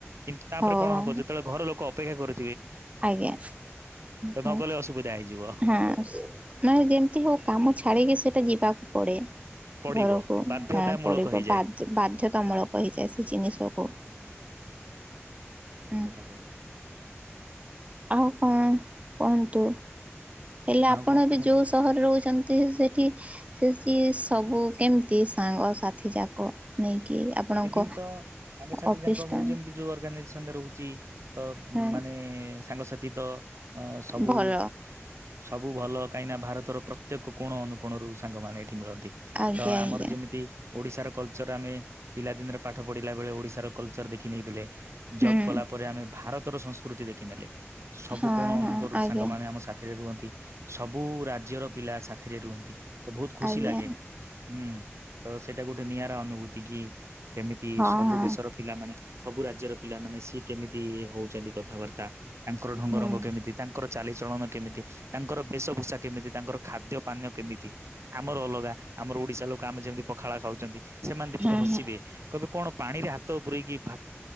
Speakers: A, on the right; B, on the right.
A: କିନ୍ତୁ ତାପରେ
B: ହଉ
A: କଣ ହବ ଯେତେବେଳେ ଘର ଲୋକ ଅପେକ୍ଷା କରି।
B: ଆଜ୍ଞା, ହଁ,
A: ନ ଗଲେ ଅସୁବିଧା ହେଇଯିବ
B: ହଁ ମାନେ ଯେମିତି ହଉ କାମ ଛାଡିକି ସ ମତେ ଯିବାକୁ ପଡ଼େ।
A: ପଡିବ
B: ଘରକୁ
A: ବାଧ୍ୟତା
B: ହଁ
A: ମୂଳକ
B: ପଡିବ
A: ହେଇଯାଏ।
B: ବାଧ୍ ବାଧ୍ୟତାମୂଳକ ହେଇଯାଏ ସେ ଜିନିଷକୁ।
A: ହଁ। ଠିକ
B: ହୁଁ।
A: କଥା କହିଲେ
B: ଆଉ କଣ କୁହନ୍ତୁ? ହେଲେ
A: ଆଉ
B: ଆପଣ
A: କଣ
B: ଏବେ
A: କୁହନ୍ତୁ?
B: ଯୋଉ ସହରରେ ରହୁଚନ୍ତି ସେଠି ଏ ସବୁ କେମିତି ସାଙ୍ଗସାଥି ଯାକ ନେଇକି ଆପଣଙ୍କ
A: ଏଠି ତ ସାଙ୍ଗସାଥି
B: ଅଫିସ୍
A: ଯାକ
B: ଟା
A: ମୁଁ ଯେମିତି ଯୋଉ ଅର୍ଗାନାଇ ଆଙ୍ଗେ ରହୁଚି। ତ
B: ହଁ
A: ମାନେ ସାଙ୍ଗସାଥି ତ ଅ ସବୁ
B: ଭଲ
A: ସବୁ ଭଲ। କାହିଁକିନା ଭାରତର ପ୍ରତ୍ୟେକ କୋଣ ଅନୁକୋଣରୁ ସାଙ୍ଗମାନେ ଏଠି ମିଳନ୍ତି,
B: ଆଜ୍ଞା
A: ତ
B: ଆଜ୍ଞା।
A: ଆମର ଯେମିତି ଓଡ଼ିଶାର କଲଚର ଆମେ ପିଲାଦିନରେ ପାଠ ପଢିଲା ବେଳେ ଓଡ଼ିଶ ତାର କଲଚର ଦେଖି ନେଇଥିଲେ।
B: ହୁଁ
A: ଜବ କଲା ପରେ ଆମେ ଭାରତର ସଂସ୍କୃତି ଦେଖିନେଲେ। ସବୁ
B: ହଁ
A: କୋଣ ଅନୁକୋଣରୁ
B: ହଁ ଆଜ୍ଞା
A: ସାଙ୍ଗମାନେ ଆମ ସାଥିରେ ରୁହନ୍ତି। ସବୁ ରାଜ୍ୟର ପିଲା ସାଥ ଥିରେ ରୁହନ୍ତି। ତ ବହୁତ ଖୁସି
B: ଆଜ୍ଞା
A: ଲାଗେ। ହୁଁ ତ ସେଇଟା ଗୁଠେ ନିଆରା ଅନୁଭୂତି କି? କେମିତି
B: ହଁ
A: ସବୁ
B: ହଁ
A: ଦେଶର ପିଲାମାନେ ସବୁ ରାଜ୍ୟର ପିଲାମାନେ ସିଏ କେମିତି ଇଏ ହଉଚନ୍ତି କଥାବାର୍ତ୍ତା। ତାଙ୍କର ଢଙ୍ଗ
B: ହୁଁ
A: ରଙ୍ଗ କେମିତି ତାଙ୍କର ଚାଲିଚଳନ କେମିତି, ତାଙ୍କର ବେଶଭୂଷା କେମିତି, ତାଙ୍କର ଖାଦ୍ୟ ପାନୀୟ କେମିତି, ଆମର ଅଲଗା ଆମର ଓଡିଶା ଲୋକ ଆମେ ଯେମିତି ପଖାଳ ଖାଉଚନ୍ତି ସେମାନେ ଦେଖିଲେ
B: ହୁଁ
A: ହସିବେ।
B: ହୁଁ।
A: ବେ କଣ ପାଣିରେ ହାତ ପୁରେଇକି ଭା